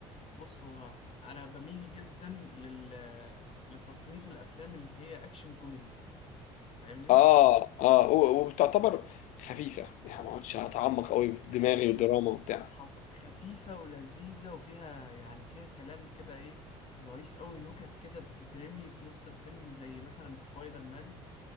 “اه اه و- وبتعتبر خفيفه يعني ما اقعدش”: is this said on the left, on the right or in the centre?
Left